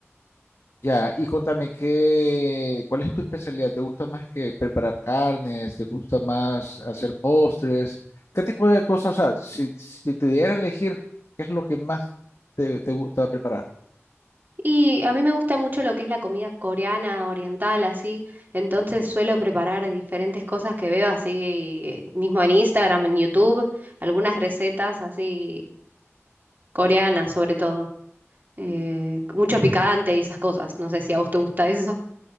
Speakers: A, on the left; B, on the right.
A: Ya, y contame qué, ¿cuál es tu especialidad? ¿Te gusta más que preparar carnes? ¿Te gusta más hacer postres? ¿Qué tipo de cosas? O sea, si, si te diera a elegir, ¿qué es lo que más te, te gusta preparar?
B: Y a mí me gusta mucho lo que es la comida coreana, oriental, así. Entonces suelo preparar diferentes cosas que veo así, mismo en Instagram, en YouTube, algunas recetas así coreanas sobre todo. eh, mucho picante y esas cosas. No sé si a vos te gusta eso.